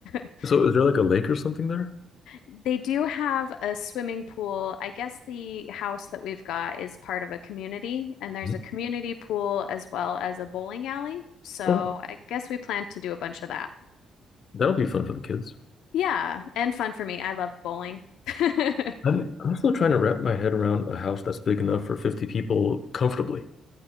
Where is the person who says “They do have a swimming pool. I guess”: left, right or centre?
Left